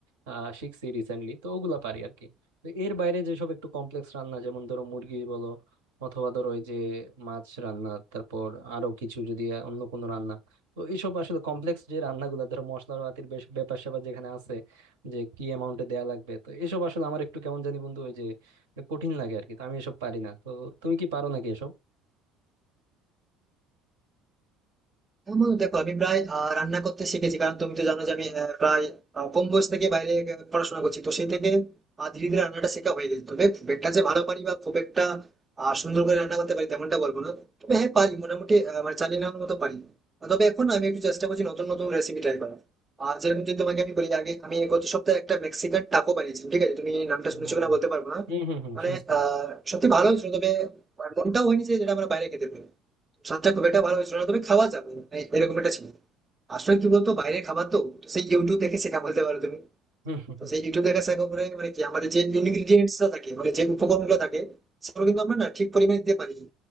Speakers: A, on the right; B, on the right.
A: আহ, শিখছি রিসেন্টলি তো ওগুলা পারি আর কি তো এর বাইরে যেসব একটু কমপ্লেক্স রান্না যেমন ধরো মুরগি বলো অথবা ধরো ওই যে মাছ রান্না তারপর আরো কিছু যদি অন্য কোনো রান্না তো এইসব আসলে কমপ্লেক্স যে রান্নাগুলো ধরো মশলাপাতির বেশ ব্যাপার স্যাপার যেখানে আছে যে কি অ্যামাউন্টে দেয়া লাগবে তো এসব আসলে আমার একটু কেমন জানি বন্ধু ওই যে কঠিন লাগে আর কি তো আমি এসব পারি না তো তুমি কি পারো নাকি এসব
B: হ্যাঁ বন্ধু দেখো আমি প্রায় আহ, রান্না করতে শিখেছি কারণ তুমি তো জানো যে আমি আহ, প্রায় আহ, কম বয়স থেকে বাইরে আহ, পড়াশোনা করছি তো সেই থেকে আহ, ধীরে ধীরে রান্নাটা শেখা হয়ে গেছে তবে খুব একটা যে ভালো পারি বা খুব একটা আহ, সুন্দর করে রান্না করতে পারি তেমনটা বলবো না তবে হ্যাঁ পারি মোটামুটি আহ, মানে চালিয়ে নেওয়ার মতো পারি আহ, তবে এখন আমি একটু চেষ্টা করছি নতুন নতুন রেসিপি ট্রাই করার আর যেরকম যদি তোমাকে আমি বলি আগে আমি গত সপ্তাহে একটা মেক্সিকান টাকো বানিয়েছি ঠিক আছে তুমি নামটা শুনেছো
A: ও
B: কিনা বলতে পারবো না
A: হুম হুম হুম
B: মানে
A: শুনছি
B: আহ সত্যি ভালো হয়েছিল তবে মনটাও হয়নি যে যেটা আমরা বাইরে খেতে পারি স্বাদটা খুব একটা ভালো হয়েছিল না তবে খাওয়া যাবে মানে এরকম একটা ছিল আসলে কি বলতো বাইরে খাবার তো তো সেই ইউটিউব দেখে শেখা বলতে পারো তুমি
A: হুম, হুম,
B: তো
A: হুম।
B: সেই ইউটিউব দেখে শেখা করে মানে কি আমাদের যে ইনগ্রিডিয়েন্টস থাকে মানে যে উপকরণ গুলো থাকে সেগুলো কিন্তু আমরা না ঠিক পরিমাণে দিতে পারি না।